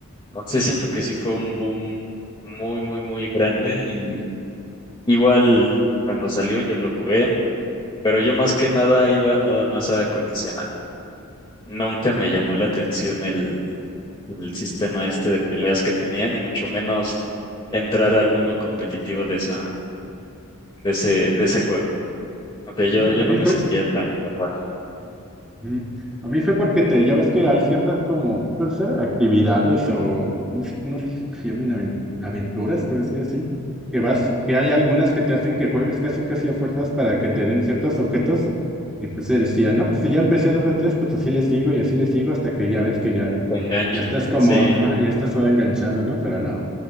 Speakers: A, on the left; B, in the centre.
A: no sé, siento que sí fue un boom muy, muy, muy grande. Y igual cuando salió yo lo jugué, pero yo más que nada iba nada más a coleccionar. Nunca me
B: Eh,
A: llamó la atención el, el sistema este de peleas que tenían, y mucho menos entrar al mundo competitivo de esa, de ese, de ese juego. O sea, yo,
B: A mí,
A: yo
B: a
A: no
B: mí
A: me
B: fue,
A: sentía tan capaz,
B: Mm. A mí fue porque te, ya ves que hay ciertas como, pues ser, actividades o no sé, no sé si se llaman aven- aventuras, por decir así, que vas, que hay algunas que te hacen que juegues casi casi a fuerzas para que te den ciertos objetos. Y pues se decía, no, pues si ya empecé dos de tres, pues así le sigo y así le sigo hasta que ya ves que ya,
A: tan enganchan,
B: ya estás como,
A: sí.
B: ah, ya estás todo enganchado, ¿no? Pero no,